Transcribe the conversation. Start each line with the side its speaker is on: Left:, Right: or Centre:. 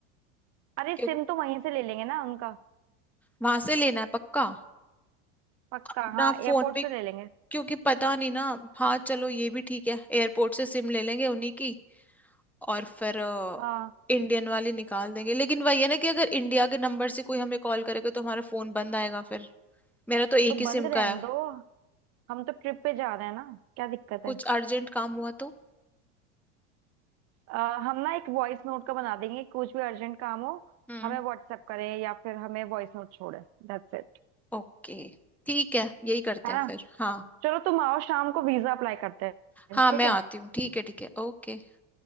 Right: अरे
Centre: क्यों
Right: सिम तो वहीं से ले लेंगे ना उनका
Centre: वहां से लेना है पक्का
Right: पक्का
Centre: अपना
Right: हाँ एयरपोर्ट
Centre: फोन पे
Right: से ले लेंगे
Centre: क्योंकि पता नहीं ना हाँ चलो ये भी ठीक है एयरपोर्ट से सिम ले लेंगे उन्हीं की और फिर अ,
Right: हाँ
Centre: इंडियन वाली निकाल देंगे लेकिन वही है ना कि अगर इंडिया के नंबर से कोई हमें कॉल करेगा तो हमारा फोन बंद आएगा फिर मेरा तो एक
Right: तो
Centre: ही
Right: बंद
Centre: सिम
Right: रहने
Centre: का है
Right: दो हम तो ट्रिप पे जा रहे हैं ना क्या दिक्कत
Centre: कुछ
Right: है
Centre: अर्जेंट काम हुआ तो
Right: अ, हम ना एक वॉइस नोट का बना देंगे कुछ भी अर्जेंट काम हो
Centre: हम्म
Right: हमें व्हाट्सएप करें या फिर हमें वॉइस नोट छोड़े That's it
Centre: ओके ठीक है यही करते
Right: है
Centre: हैं
Right: ना
Centre: फिर हाँ
Right: चलो तुम आओ शाम को वीजा अप्लाई करते हैं
Centre: हाँ
Right: ठीक
Centre: मैं
Right: है
Centre: आती हूँ ठीक है ठीक है ओके